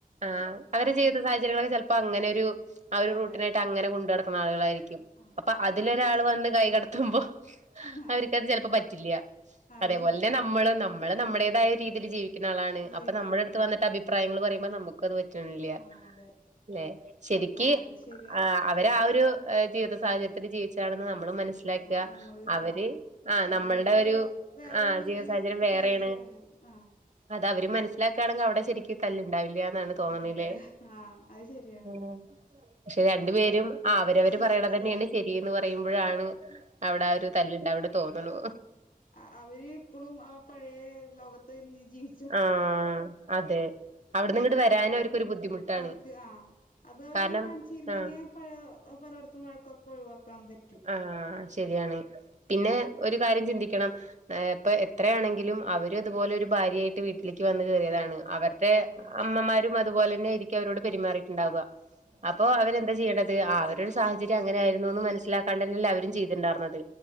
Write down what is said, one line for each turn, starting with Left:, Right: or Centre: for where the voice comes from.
Right: ആഹ് അവരെ
Left: ആ
Right: ജീവ് വിത സാഹചര്യങ്ങളൊക്കെ ചെൽപ്പോ അങ്ങനൊരു ആ ഒരു
Left: അതെ
Right: റൂട്ടിനായിട്ടങ്ങനെ കൊണ്ട് നടക്കുന്ന ആളുകളായിരിക്കും
Left: ആ
Right: അപ്പ അതിലൊരാൾ
Left: നമ്മ ജെ
Right: വന്ന് കൈ കടത്തുമ്പോ
Left: ആ
Right: അവര്ക്കത് ചെലപ്പോ പറ്റില്ല്യ.
Left: അത്
Right: അതേപോലെന്നെ
Left: ശരിയാ
Right: നമ്മള് നമ്മള്
Left: ആ
Right: നമ്മുടേതായ രീതിയിൽ ജീവി ക്ക്ണ ആളാണ്.
Left: ജീവിക്കുന്നു
Right: അപ്പ നമ്മുടെട്ത്ത്
Left: ആ
Right: വന്നിട്ട് അഭിപ്രായങ്ങള് പറയുമ്പോ നമു ക്കത് പറ്റ്ണില്ല്യ.
Left: ആ അതെ
Right: ലെ ശെരിക്ക്
Left: ആ അത് ശരിയാ
Right: അവരെ ആ ഒരു ജീവിത സാഹചര്യത്തില് ജീവിച്ചയാണെന്ന് നമ്മളും മനസ്സി ലാക്കുക
Left: ആ നമ്മള്
Right: അവര്
Left: ആ
Right: ആഹ്
Left: നമ്മളിപ്പോ
Right: നമ്മൾടൊരു
Left: വേറൊരു
Right: ആഹ് ജീവിത
Left: ജീ
Right: സാഹചര്യം വേറെയാണ്
Left: സാഹചര്യാണ് ആ
Right: അതവര് മനസ്സിലാക്കാണെങ്കി അവിടെ ശെരിക്കും തല്ലുണ്ടാവില്ല്യാ എന്നാണ് തോന്നണ്ല്ലേ
Left: അതെ ആഹ് അത് ശരിയാണ്
Right: ഉം പക്ഷെ രണ്ടു
Left: അത്
Right: പേരും ആഹ് അവരവര്
Left: ചി
Right: പറയണതന്നെയാണ്
Left: അത്
Right: ശെരീന്ന് പറയുമ്പോഴാണ് അവിടെ ആ ഒരു തല്ലുണ്ടാവണ് തോന്നണു
Left: ആഹ് അവര് ഇപ്പളും ആ പഴയ ലോകത്ത് തന്നെയാ ജീവി
Right: ആഹ് അതെ അവിടുന്ന്
Left: ആഹ്
Right: ഇങ്ങോട്ട് വരാൻ അവർക്കൊരു ബുദ്ധിമുട്ടാണ്
Left: അവർക്ക് ആഹ് അതവര്
Right: കാരണം
Left: കാണിച്ചിരുന്നെങ്കിയേ
Right: ആ
Left: പഴോ പലോടത്തും വഴക്കൊക്കെ ഒഴിവാക്കാൻ പറ്റും
Right: ആഹ് ശെരിയാണ് പിന്നെ
Left: ആഹ്
Right: ഒരു കാര്യം ചിന്തിക്കണം ഏഹ് ഇപ്പൊ എത്രയാണെങ്കിലും അവരും അതുപോലൊരു ഭാര്യായിട്ട് വീട്ടിലേക്ക് വന്ന് കേറിയതാണ് അവർ ടേ
Left: ആഹ്
Right: അമ്മമാരും അതുപോലന്നെ ആയിരിക്കും അവരോട് പെരുമാറിയിട്ടുണ്ടാവുക
Left: അതെ
Right: അപ്പൊ അവരെന്താ ചെയ്യണ്ട ത് ആ ഒരു സാഹചര്യം അങ്ങനെയായിരുന്നൂന്ന് മനസ്സിലാക്കാണ്ടന്നല്ലേ അവരും ചെയ്തിട്ട്ണ്ടാർന്നത്